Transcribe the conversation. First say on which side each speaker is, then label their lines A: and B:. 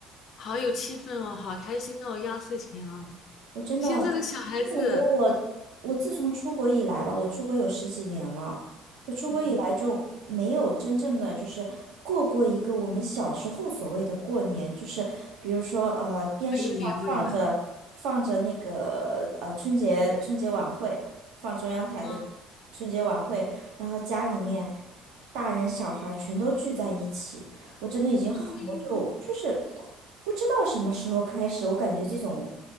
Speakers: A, on the left; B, on the right.
A: 好有气氛哦，好开心哦，压岁钱哦，
B: 我真的，
A: 现在的小孩子，
B: 我感觉我，我自从出国以来吧，我出国有十几年了，我出国以来就没有真正的就是过过一个我们小时候所谓的过年，
A: 嗯，
B: 就是比如说呃，电视上放着放着那个呃春节春节晚会，
A: 没有年味了，
B: 放中央台的
A: 啊，
B: 春节晚会，然后家里面大人小孩全都聚在一起。我真的已经好久，
A: 都没有，
B: 就是不知道什么时候开始，我感觉这种